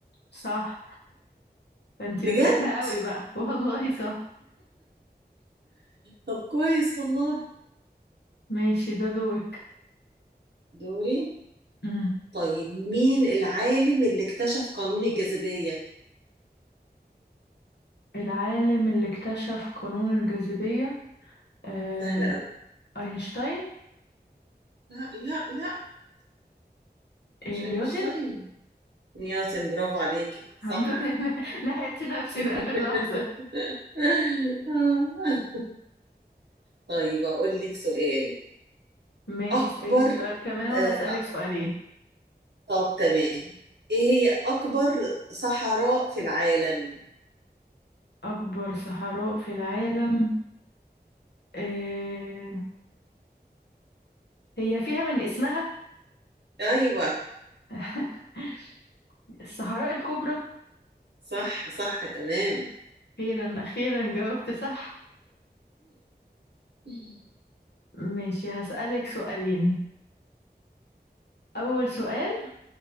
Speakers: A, on the left; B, on the right.
A: صح انتي
B: بجد
A: مذاكرة قوي بقى <laughs> والله صح
B: طب كويس والله
A: ماشي ده دورك
B: دوري
A: مم.
B: طيب مين العالم اللي اكتشف قانون الجاذبية
A: العالم اللي اكتشف قانون الجاذبية آه،
B: سهل قوي
A: أينشتاين
B: لا لا لا مش
A: آه،
B: اينشتاين
A: نيوتن <laughs>
B: نيوتن برافو عليكي صح
A: الحمد لله لحقت نفسي
B: <laughs>
A: في آخر لحظة
B: طيب اقول لك سؤال
A: ماشي
B: اكبر
A: اسألي سؤال كمان وأنا
B: آه
A: هسألك
B: آه،
A: سؤالين
B: طب تمام ايه هي اكبر صحراء في العالم
A: أكبر صحراء في العالم آه، هي فيها من اسمها
B: ايوه
A: <laughs> الصحراء الكبرى
B: <laughs> صح صح تمام
A: أخيرا أخيرا جاوبت صح
B: <laughs>
A: ماشي هسألك سؤالين أول سؤال